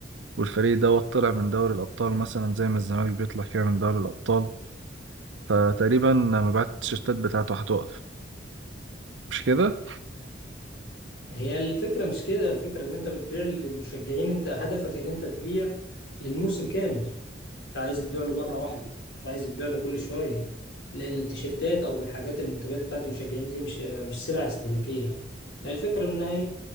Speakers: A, on the right; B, on the left.
A: والفريق دوت طلع من دوري الابطال مثلا زي ما الزمالك بيطلع كده من دوري الابطال فتقريبا مبيعات التيشيرتات بتاعته هتقف مش كده؟
B: هي الفكرة مش كده الفكرة ان انت بتبيع للمشجعين انت هدفك ان انت تبيع للموسم كامل انت عايز تبيع له مرة واحدة مش عايز تبيع له كل شوية لان التيشيرتات او الحاجات المنتجات بتاعت المشجعين دي مش مش سلع استهلاكية يعني هي الفكرة ان هي